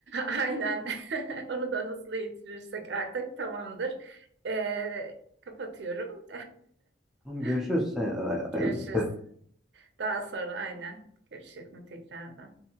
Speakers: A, on the right; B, in the centre.
A: Aynen. <laughs> Onu da nasıl yitirirsek artık tamamdır. Ee, kapatıyorum.
B: Tamam
A: <laughs>
B: görüşürüz. Sen-
A: Görüşürüz.
B: e, e,
A: Daha sonra aynen. Görüşelim tekrardan.